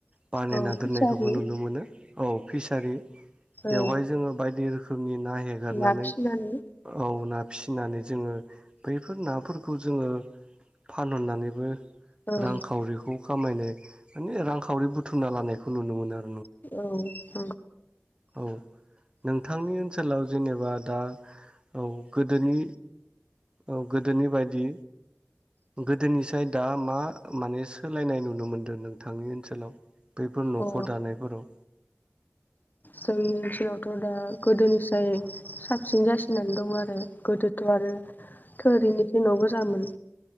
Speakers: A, on the right (about 20°); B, on the left (about 35°).
A: बानायना
B: औ
A: दोननायखौबो
B: फिसारि
A: नुनो मोनो औ। फिसारि
B: औ
A: बेवहाय जोङो बायदि रोख नि ना हेगारनानै
B: ना फिसिनानै
A: औ ना फिसिनानै जोङो बैफोर नाफोरखौ जोङो फानहरनानैबो
B: औ
A: रांखावरिखौ खामायनाय माने रांखावरि बुथुमना लानायखौ नुनो मोनो आर
B: औ
A: औ नोंथांनि ओनसोलाव जेनेबा दा औ गोदोनि औ गोदोनि बायदि गोदोनि साइदआ मा माने सोलायनाय नुनो मोनदों नोंथांनि ओनसोलाव बैफोर न'खर
B: अ
A: दानायफोराव
B: जोंनि ओनसोलावथ' दा गोदोनिफ्राय साबसिन जासिनानै दं आरो गोदोथ' आरो थोरिनि न' गोजामोन।